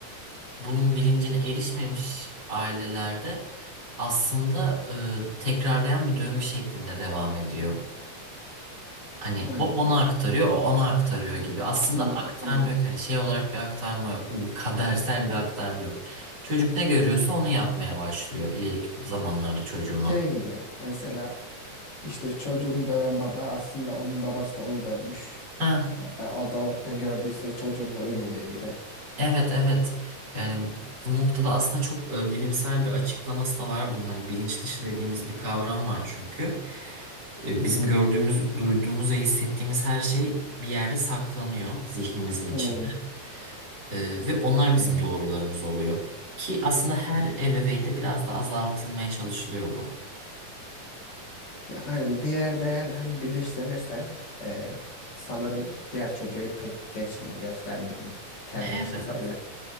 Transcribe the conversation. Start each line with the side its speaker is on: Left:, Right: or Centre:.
Right: bunun bilincine erişmemiş ailelerde aslında e, tekrarlayan bir döngü şeklinde devam ediyor. Hani
Left: Aynen.
Right: o ona aktarıyor, o ona aktarıyor gibi. Aslında
Left: Hı,
Right: aktarma
Left: aynen.
Right: yok. Hani şey olarak bir aktarma yok. bir Kadersel bir aktarma yok. Çocuk ne görüyorsa onu yapmaya başlıyor ileriki zamanlarda çocuğuna.
Left: Şey gibi mesela işte çocuğunu döven baba aslında onun babası da onu dövmüş.
Right: Ha,
Left: E, adam ne gördüyse çocuğun da uyguluyor gide.
Right: evet evet. Yani bu noktada aslında çok e, bilimsel bir açıklaması da var bunun. Hani bilinç dışı dediğimiz bir kavram var çünkü. E, bizim gördüğümüz, duyduğumuz ve hissettiğimiz her şey bir yerde saklanıyor zihnimizin içinde.
Left: Hmm.
Right: Ee, ve onlar bizim doğrularımız oluyor. Ki aslında her ebeveynde biraz da azaltılmaya çalışılıyor bu.
Left: Ya, aynen bir yerde eğer hani bilinçlenirse e, sanırım diğer çocuğu pek geçmiyor, göstermiyor onu. Kendi
Right: Evet.
Left: yaşasa bile.